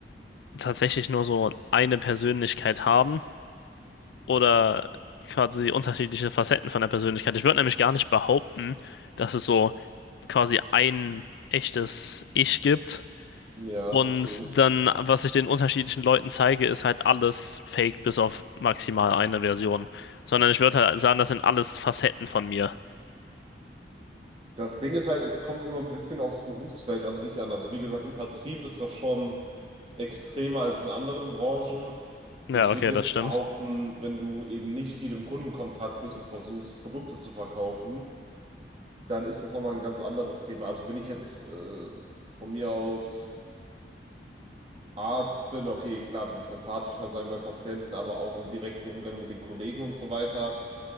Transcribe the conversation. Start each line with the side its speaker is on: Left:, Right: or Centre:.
Left: tatsächlich nur so eine Persönlichkeit haben oder quasi unterschiedliche Facetten von der Persönlichkeit? Ich würde nämlich gar nicht behaupten, dass es so quasi ein echtes Ich gibt.
Right: ja,
Left: Und
Right: verstehe ich.
Left: dann, was ich den unterschiedlichen Leuten zeige, ist halt alles fake bis auf maximal eine Version. Sondern ich würde halt sagen, das sind alles Facetten von mir.
Right: Das Ding ist halt, es kommt immer ein bisschen aufs Berufsfeld an sich an. Also wie gesagt, im Vertrieb ist das schon extremer als in anderen Branchen.
Left: Ja,
Right: Ich
Left: okay,
Right: würde jetzt
Left: das stimmt.
Right: behaupten, wenn du eben nicht viel im Kundenkontakt bist und versuchst, Produkte zu verkaufen, dann ist das nochmal ein ganz anderes Thema. Also wenn ich jetzt äh, von mir aus Arzt bin, okay, klar, du musst empathischer sein bei Patienten, aber auch im direkten Umgang mit den Kollegen und so weiter